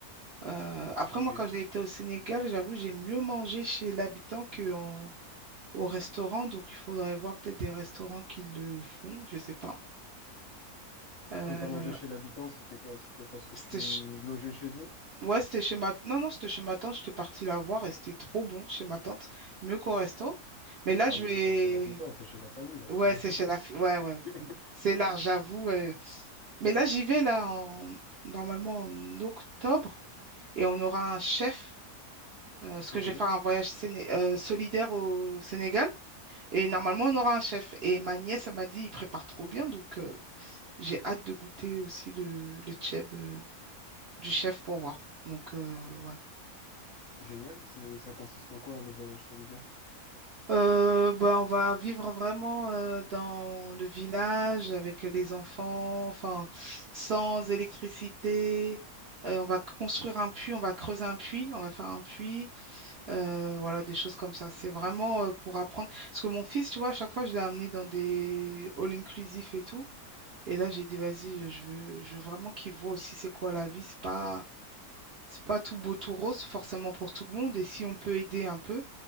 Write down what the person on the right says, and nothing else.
Euh, après,
moi,
quand j'ai été au Sénégal, j'avoue, j'ai mieux mangé chez l'habitant qu'au restaurant. Donc, il faudrait voir peut-être des restaurants qui le font, je sais pas. Euh,
c'était
ch-
Ouais, c'était chez ma... Non, non, c'était chez ma tante. J'étais partie la voir et c'était trop bon chez ma tante. Mieux qu'au resto. Mais là,
je
vais...
Ouais,
c'est chez la... fi- Ouais, ouais.
bon. C'est large, j'avoue. euh. Mais là, j'y vais, là, en... normalement en octobre. Et on aura un chef Euh, parce
que je vais faire un voyage séné- euh, solidaire au Sénégal. Et normalement, on aura un chef. Et ma nièce, elle m'a dit, il prépare trop bien. Donc, euh, j'ai hâte de goûter aussi le, le tchèb, euh, du chef pour voir. Donc, euh, ouais.
Euh, ben, on va vivre vraiment euh, dans le village avec les enfants, enfin, sans électricité. Euh, on va construire un puits, on va creuser un puits, on va faire un puits Euh, voilà, des choses comme ça. C'est vraiment euh, pour apprendre. Parce que mon fils, tu vois, à chaque fois, je l'ai amené dans des all-inclusifs et tout. Et là, j'ai dit, vas-y, je veux, je veux vraiment qu'il voit aussi c'est quoi la vie. C'est pas, c'est pas tout beau, tout rose, forcément pour tout le monde. Et si on peut aider un peu,